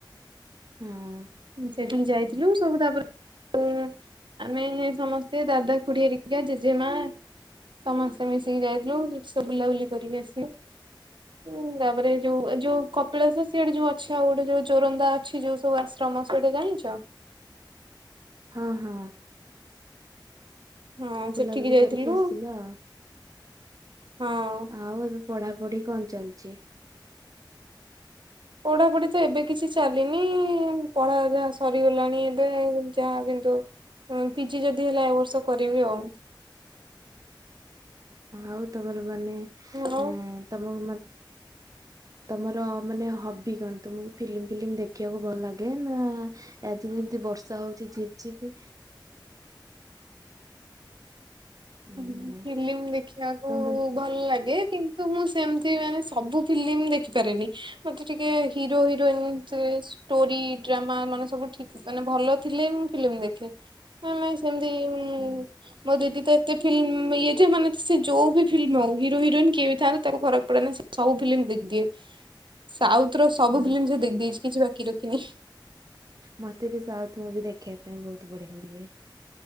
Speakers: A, on the right; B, on the right.
A: ହାଁ।
B: ସେଦିନ ଯାଇଥିଲୁ, ସବୁ ତାପରେ ତ ଆମେ ହେ ସମସ୍ତେ ଦାଦା, ଖୁଡି ହେରିକା ଜେଜେମା। ସମସ୍ତେ ମିଶିକି ଯାଇଥିଲୁ, କିସବୁ ବୁଲାବୁଲି କରିକି ଆସିଲୁ। ଉଁ ତାପରେ ଯୋଉ, ଯୋଉ କପିଳାସ ସିଆଡେ ଯୋଉ ଅଛି, ଆଉ ଗୋଟେ ଯୋଉ ଜୋରନ୍ଦା ଅଛି, ଯୋଉ ସବୁ ଆସି <unintelligible> ଗୋଟେ ଜାଣିଛ?
A: ହଁ ହଁ।
B: ହଁ
A: ବୁଲାବୁଲି
B: ସେଠିକି ଯାଇଥିଲୁ
A: କରିକି ଆସିଲ <inaudible>
B: ହଁ।
A: ଆଉ ଏବେ ପଢା ପଢି କଣ ଚାଲିଛି?
B: ପଢାପଢି ତ ଏବେ କିଛି ଚାଲିନି, ପଢା ଯାହା ସରିଗଲାଣି ଏବେ ଯାହା କିନ୍ତୁ ପିଜି ଯଦି ହେଲା ଏ ବର୍ଷ କରିବି, ଆଉ
A: ଆଉ ତମର ମାନେ?
B: ଆଉ ହଁ।
A: ଏ ତମକୁ ମା ତମର ମାନେ ହବି କଣ? ତମକୁ ଫିଲିମ୍ ଫିଲିମ ଦେଖିବାକୁ ଭଲ ଲାଗେ ନା ଆଜି ଯେମିତି ବର୍ଷା ହଉଛି ଝିପ୍ ଝିପ୍ ଉଁ
B: ହ ଫିଲ୍ମ ଦେଖିବାକୁ
A: ତମ ବେ
B: ଭଲ ଲାଗେ କିନ୍ତୁ ତ ମୁଁ ସେମିତି ମାନେ ସବୁ ଫିଲ୍ମ ଦେଖିପାରେନି, ମତେ ଟିକେ hero heroine choice. Story drama ମାନେ ସବୁ ଠିକ ମାନେ ଭଲ ଥିଲେ ମୁଁ ଫିଲିମ ଦେଖେ। ହ ନାଇଁ ସେମିତି ଇ
A: ଉଁ
B: ମୋ ଦିଦି କୁ ତ ଏତେ ଫିଲ୍ମ ଇଏ ଯେ ମାନେ ସେ ଯୋଉ ବି ଫିଲ୍ମ ହଉ, ହିର ହିରୋଇନ କିଏ ବି ଥାଆନ୍ତୁ, ତାକୁ ଫରକ ପଡେ ନା ସିଏ ସବୁ ଫିଲ୍ମ ଦେଖିଦିଏ, ସାଉଥ ର ସବୁ
A: ଉଁ
B: ଫିଲ୍ମ ସେ ଦେଖିଦେଇଛି, କିଛି ବାକି ରଖିନି।
A: ମତେ ବି ସାଉଥ ମୁଭି ଦେଖିବା ପାଇଁ ବହୁତ ବଢିଆ ଲାଗେ।